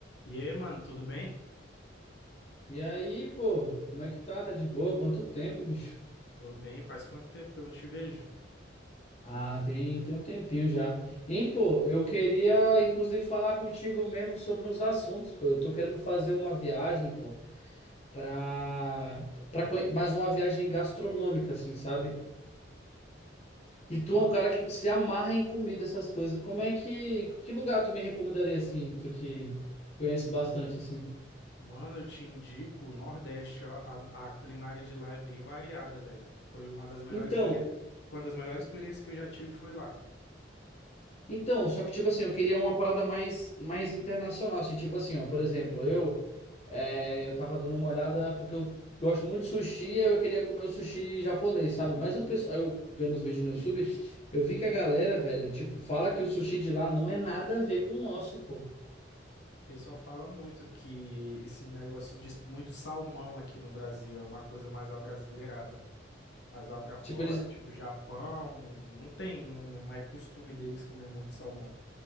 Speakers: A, on the left (about 65°); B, on the left (about 35°).
A: E aí, mano, tudo bem?
B: E aí, pô, como é que tá? Tá de boa? Quanto tempo, bicho?
A: Tô bem, faz quanto tempo que eu não te vejo?
B: Ah, tem, tem um tempinho já. Hein, pô, eu queria inclusive falar contigo mesmo sobre uns assuntos, pô. Eu tô querendo fazer uma viagem, pô, pra, pra conhe- mais uma viagem gastronômica, assim, sabe? E tu
A: Ma-
B: é um cara que se amarra em comida, essas coisas. Como é que, que lugar tu me recomendaria, assim, tu que conhece bastante, assim?
A: Mano, eu te indico o Nordeste, ó, a, a culinária de lá é bem variada, velho. Foi uma das melhores
B: Então,
A: experiências, foi uma das melhores experiências que eu já tive foi lá.
B: Então, só que, tipo assim, eu queria uma parada mais, mais internacional. Assim, tipo assim, ó, por exemplo, eu, é, eu tava dando uma olhada porque eu gosto muito de sushi, aí eu queria comer o sushi japonês, sabe? Mas o pessoal, eu vendo os vídeos no YouTube, eu vi que a galera, velho, tipo, fala que o sushi de lá não é nada a ver com o nosso, pô.
A: O pessoal fala muito que esse negócio de muito salmão aqui no Brasil é uma coisa mais abrasileirada. Mas lá pra fora,
B: Tipo, eles
A: tipo Japão, não tem, não, não é costume deles comer muito salmão.